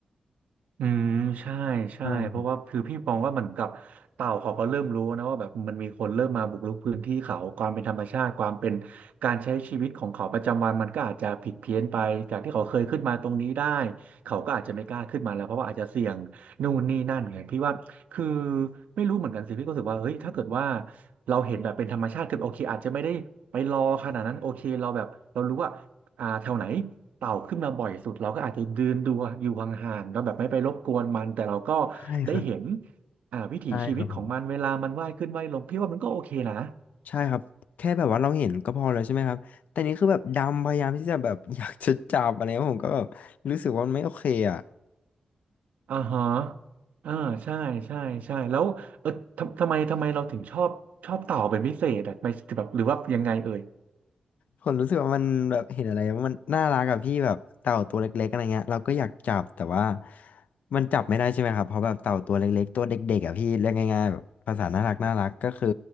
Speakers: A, on the right (about 85°); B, on the left (about 80°).
A: อืมใช่ใช่เพราะว่าคือพี่มองว่าเหมือนกับเต่าเขาก็เริ่มรู้นะว่าแบบมันมีคนเริ่มมาบุกรุกพื้นที่เขาความเป็นธรรมชาติความเป็น
B: ใช่ครับ
A: การใช้ชีวิตของเขาประจำวันมันก็อาจจะผิดเพี้ยนไปจากที่เขาเคยขึ้นมาตรงนี้ได้เขาก็อาจจะไม่กล้าขึ้นมาแล้วเพราะว่าอาจจะเสี่ยงนู่นนี่นั่นไงพี่ว่าคือไม่รู้เหมือนกันสิพี่ก็รู้สึกว่าเฮ้ยถ้าเกิดว่าเราเห็นแบบเป็นธรรมชาติคือโอเคอาจจะไม่ได้ไปรอขนาดนั้นโอเคเราแบบเรารู้ว่าอ่าแถวไหน เต่าขึ้นมาบ่อยสุดเราก็อาจจะเดืนดูอยู่ห่างๆเราแบบไม่ไปรบกวนมันแต่เราก็
B: ใช่ครับ
A: ได้เห็นอ่าวิถีชีวิตของมันเวลามันว่ายขึ้นว่ายลงพี่ว่ามันก็โอเคนะ
B: ใช่ครับผม ใช่ครับแค่แบบว่าเราเห็นก็พอแล้วใช่ไหมครับแต่นี่คือแบบดำพยายามที่จะแบบ <laughs> อยากจะจับอะไรเงี้ยผมก็แบบรู้สึกว่ามันไม่โอเคอ่ะ
A: อ่าฮะอ่าใช่ใช่ใช่แล้วเออทำทำไมทำไมเราถึงชอบชอบเต่าเป็นพิเศษอ่ะไม่แบบหรือว่ายังไงเอ่ย
B: ผมรู้สึกว่ามันแบบเห็นอะไรมันน่ารักกับพี่แบบเต่าตัวเล็กๆอะไรเงี้ยเราก็อยากจับแต่ว่ามันจับไม่ได้ใช่ไหมครับเพราะแบบเต่าตัวเล็กๆตัวเด็กๆอ่ะพี่เรียกง่ายๆแบบภาษาน่ารักน่ารักก็คือ